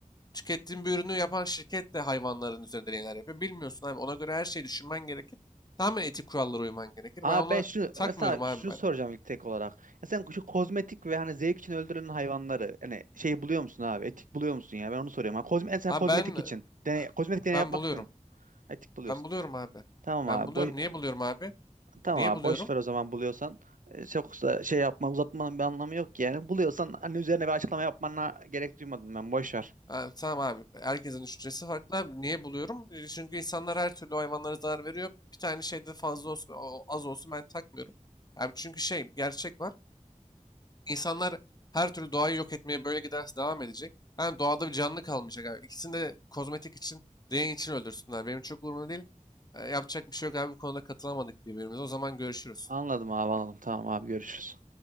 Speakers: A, on the left (about 30°); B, on the right (about 85°).
A: tükettiğin bir ürünü yapan şirket de hayvanların üzerinde deneyler yapıyor. Bilmiyorsun abi. Ona göre her şeyi düşünmen gerekir. Tamamen etik kurallara uyman gerekir.
B: Aa
A: Ben ona
B: ben şunu
A: takmıyorum
B: mesela
A: abi
B: şunu
A: ben.
B: soracağım ilk tek olarak. Ya sen şu kozmetik ve hani zevk için öldürülen hayvanları hani şey buluyor musun abi? Etik buluyor musun ya? Ben onu soruyorum. Ha, kozme, sen
A: Abi
B: kozmetik
A: ben e,
B: için. Deney, kozmetik deney
A: ben
B: yapmak
A: buluyorum.
B: için etik buluyorsun.
A: Ben buluyorum abi.
B: Tamam
A: Ben
B: abi.
A: buluyorum.
B: Boş,
A: Niye buluyorum abi?
B: Tamam
A: Niye
B: abi
A: buluyorum?
B: boş ver o zaman buluyorsan. E, Çok da şey yapma uzatmanın bir anlamı yok ki yani. Buluyorsan hani üzerine bir açıklama yapmana gerek duymadım ben. Boş ver.
A: Ha, tamam abi. Herkesin düşüncesi farklı abi. Niye buluyorum? E, Çünkü insanlar her türlü hayvanlara zarar veriyor. Bir tane şeyde fazla olsun, o- az olsun ben takmıyorum. Abi çünkü şey gerçek var. İnsanlar her türlü doğayı yok etmeye böyle giderse devam edecek. Yani doğada bir canlı kalmayacak abi. İkisini de kozmetik için, deney için öldürsünler. Benim çok umurumda değil. E, yapacak bir şey yok abi. Bu konuda katılamadık birbirimize. O zaman görüşürüz.
B: Anladım abi anladım. Tamam abi görüşürüz.